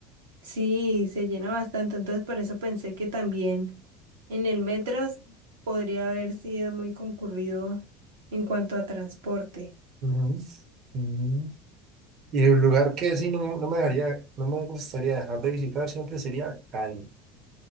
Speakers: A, on the right; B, on the right.
A: Sí, se llena bastante, entonces por eso pensé que también en el metro s- podría haber sido muy concurrido en cuanto a transporte.
B: Ujú. Mm. Y el lugar que sí no, no me dejaría, no me gustaría dejar de visitar siempre sería Cali.